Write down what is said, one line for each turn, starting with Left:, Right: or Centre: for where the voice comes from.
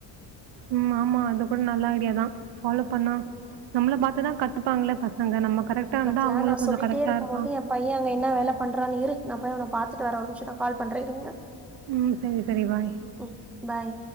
Right: ம் ஆமா அது கூட நல்லா ஐடியாதா ஃபாலோ பண்ணா
Centre: ம்
Right: நம்ள பாத்து தா கத்துப்பாங்ளே பசங்க நம்ம கரெக்டாந்தா
Centre: பாத்தியா
Right: அவுங்களு
Centre: நா
Right: கொஞ்ச
Centre: சொல்லிட்டே
Right: கரெக்டா
Centre: இருக்கும்போது
Right: இருப்பாங்
Centre: என் பைய அங்க என்ன வேல பண்றானு இரு நா போய் அவன பாத்துட்டு வர ஒர் நிம்ஷ நா கால் பண்ற இரு
Right: ம் சரி சரி பாய்
Centre: ம் பாய்